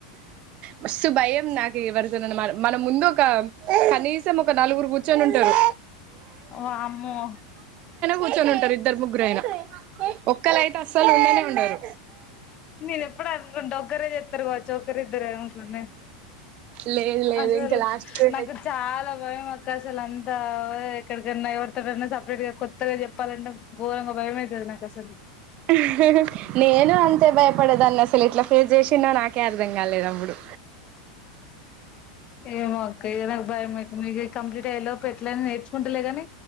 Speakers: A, on the right (about 45°); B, on the left (about 35°).
A: మస్తు భయం నాకు ఎవరితోనన్న మన ముందు ఒక కనీసం ఒక నలుగురు కూర్చోని ఉంటరు
B: ఓ వామ్మో
A: కూర్చొని ఉంటరు ఇద్దరు ముగ్గురు అయినా ఒక్కళయితే అస్సలు ఉండనే ఉండరు
B: నేనెప్పుడు అనుకుంట ఒక్కరే చేత్తరు గావచ్చు ఒక్కరిద్దరు ట్లన్నది
A: లేదు లేదు
B: అసల్
A: ఇంకా లాస్ట్ కు
B: నాకు చాల భయం అక్క అసలన్ ఆ ఎక్కడికన్న ఎవరితోటన్న సపరేట్ గా కొత్తగా చెప్పాలంటే ఘోరంగ భయమైతది నాకసలు
A: హ్ హా హ నేను అంతే భయపడేదాన్ని అసలు ఎట్ల ఫేస్ చేసిన్నో నాకే అర్ధం కాలేదు అప్పుడు
B: ఏమో అక్క ఇగ నాకు బయమైతుందిగ కంప్లీట్ అయ్యే లోపు ఎట్లైన నేర్చుకుంటలే గని